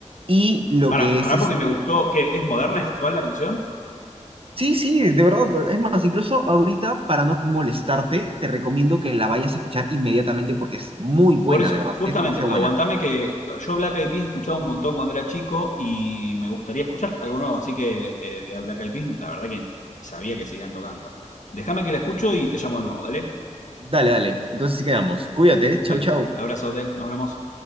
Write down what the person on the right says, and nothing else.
y lo
que
es este...
Sí, sí, de verdad. Es más, incluso ahorita, para no molestarte, te recomiendo que la vayas a escuchar inmediatamente porque es muy buena,
de verdad,
es demasiado
buena.
Dale, dale. Entonces sí quedamos. Cuídate. Chau,
chau.